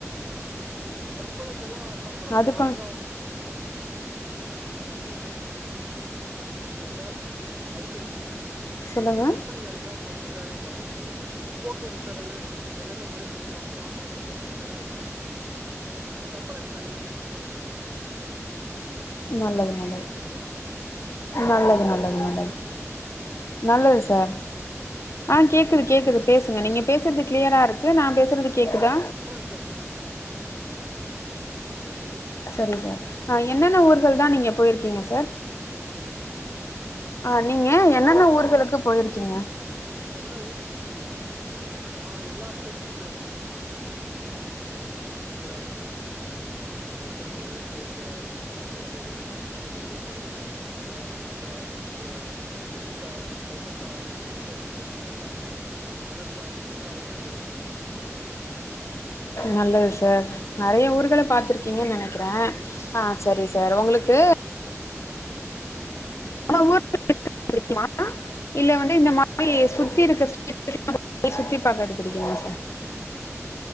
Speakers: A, on the right; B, on the left.
A: சம்பளத்தெல்லா சம்பளோ
B: அதுக்கு
A: நார்மலா <inaudible> எல்லா அதுக்கு இதுக்கு சம்பந்தங் கெடயாது மேடம்
B: சொல்லுங்க
A: கம்பெனி வேலைக் எங்கயா போனா வேலைய பாக்கணு அவ்ளதா போக்குவரத்து செலவு எல்லாமே அவுங்களே குடுத்துருவாங்க சாப்பாடு போக்குவரத்து செலவு எல்லா அவுங்களே குடுத்துருவாங்க சம்பளோ எனக்கு தனியா வந்துரு
B: நல்லது நல்லது
A: ஹலோ
B: நல்லது நல்லது
A: கேட்குதா
B: நல்லது
A: மேடம் ம்
B: நல்லது சார் ஆ
A: ம்
B: கேக்குது கேக்குது பேசுங்க நீங்க பேசுறது க்ளியரா இருக்கு நா பேசுறது கேக்குதா
A: சம்பளோ இதா சார் ஆ விட்டு விட்டு கேக்குது
B: செரி சார் அ என்னென்ன ஊர்கள் தா நீங்க போயிருக்கீங்க சார்
A: சொல்லுங்மா
B: ஆ நீங்க என்னென்ன ஊர்களுக்கு போயிருக்கீங்க
A: எல்லா ஊருமே நா எல்லா ஸ்டேட்டுமே போயிருக் கே மேடம் <inaudible> குஜராத்து ஆ ஆந்திர பிரதேசு குவ பாம்பே சைடு ந மத்திய பிரதேசு அப்றோ ஆந்திரா கு ஒடிசா கல்கத்தா ஜம்மு காஷ்மீர் ஹரியானா ராஸ்தான் எல்லா ஊருமே போயிருக்க மேடம்
B: நல்லது சார் நெறய ஊர்கள பாத்துருக்கீங்க நெனைக்கிறே
A: ம்
B: ஆ செரி சார் உங்களுக் கு
A: ஆமாம் மேடம்
B: <inaudible> பிடிக்குமா இல்ல வந்து இந்த மாரி சுத்தி இருக்க ஸ்டேட் <inaudible> சுத்தி பாக்கறது புடிக்குமா சார்